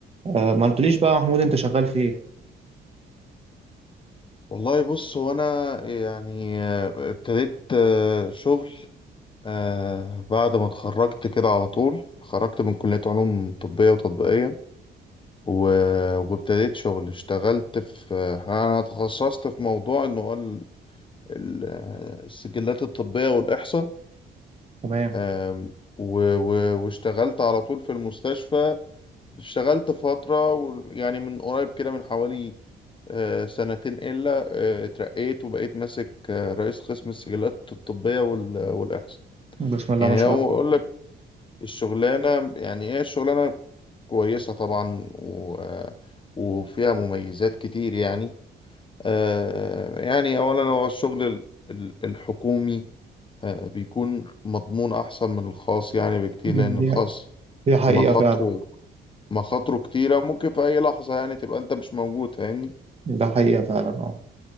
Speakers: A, on the right (about 30°); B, on the left (about 25°).
A: آه، ما قلتليش بقى يا محمود انت شغال في ايه
B: والله بص هو انا يعني آه، ابتديت آه، شغل آه، بعد ما اتخرجت كده على طول خرجت من كلية علوم طبية وتطبيقية و- وابتديت شغل اشتغلت في آه، انا تخصصت في موضوع انه هو ال- ال- آه، السجلات الطبية والإحصاء
A: تمام
B: آم، و- و- واشتغلت على طول في المستشفى اشتغلت فترة و- يعني من قريب كده من حوالي آه، سنتين إلا آه، اترقيت وبقيت ماسك آه، رئيس قسم السجلات الطبية وال- والإحصاء
A: بسم الله
B: يعني
A: ما شاء
B: لو
A: الله
B: أقول لك الشغلانة يعني إيه الشغلانة كويسة طبعا و آه، وفيها مميزات كتير يعني آه، يعني أولا هو الشغل ال- ال- الحكومي آه، بيكون مضمون أحسن من الخاص يعني بكتير
A: مم.
B: لأن
A: دي
B: الخاص
A: دي حقيقة
B: مخاطره
A: فعلا
B: مخاطره كتيرة ممكن في أي لحظة يعني تبقى أنت مش موجود فاهمني
A: ده حقيقة فعلا اه